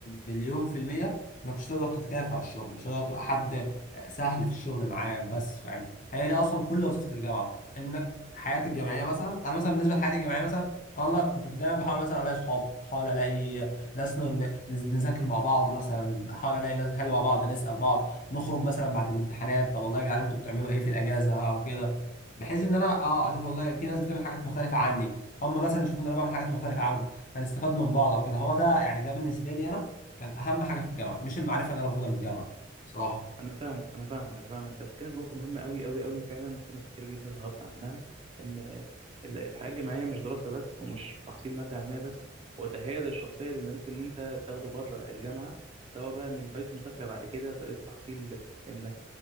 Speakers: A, on the left (about 40°); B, on the right (about 30°).
A: مليون في الميه انك مش هتقدر تتكافئ على الشغل مش هتقدر تبقى حد سهل في الشغل معاه بس فاهم هي دي اصلا كل وظيفه الجامعه انك حياتي الجامعيه مثلا انا مثلا بالنسبه لحياتي الجامعيه مثلا انا والله كنت دايما بحاول مثلا الاقي صحاب بحاول الاقي ناس ن- نز- نذاكر مع بعض مثلا احاول الاقي ناس نحل مع بعض نسال بعض نخرج مثلا بعد الامتحانات طب والله يا جدعان انتوا بتعملوا ايه في الاجازه او كده بحيث ان انا اه اشوف والله في ناس بتعمل حاجات مختلفه عني هم مثلا يشوفوا ان انا بعمل حاجات مختلفه عنهم فنستفاد من بعض او كده هو ده يعني ده بالنسبه لي انا كان اهم حاجه في الجامعه مش المعرفه اللي انا باخدها من الجامعه صراحه
B: انا فاهمك انا فاهمك انا فاهمك انت بتتكلم في نقطه مهمه قوي قوي قوي فعلا في ناس كتير جدا غافله عنها ان ال- الحياه الجامعيه مش دراسه بس ومش تحصيل ماده علميه بس هو تهيئه الشخصيه اللي ممكن إن انت تاخده بره الجامعه سواء بقى من طريقه مذاكره بعد كده طريقه تحصيل انك